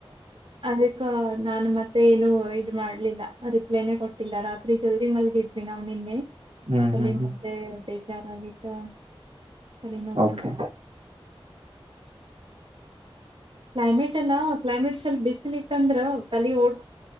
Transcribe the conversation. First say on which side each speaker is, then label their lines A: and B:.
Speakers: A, on the right (about 60°); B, on the right (about 80°).
A: ಅದಕ್ಕ ನಾನು ಮತ್ತೆ ಏನು ಇದ ಮಾಡ್ಲಿಲ್ಲ. ರಿಪ್ಲೈನೇ ಕೊಟ್ಟಿಲ್ಲ ರಾತ್ರಿ ಜಲ್ದಿ ಮಲ್ಗಿದ್ವಿ ನಾವು ನಿನ್ನೆ.
B: ಹ್ಮ್
A: ಕಲಿ
B: ಹ್ಮ್ ಹ್ಮ್
A: ಮತ್ತೆ ಬೇಕ. ಜರಾಗಿತಾ. ಅಲ್ಲಿ ನೋಕಂತವ.
B: ಓಕೆ
A: ಕ್ಲೈಮೇಟ್ ಅಲ್ಲಾ ಕ್ಲೈಮೇಟ್ ಸ್ವಲ್ಪ್ ಬಿಸಿಲು ಇತ್ತ ಅಂದ್ರ ತಲಿ ಓಡ್.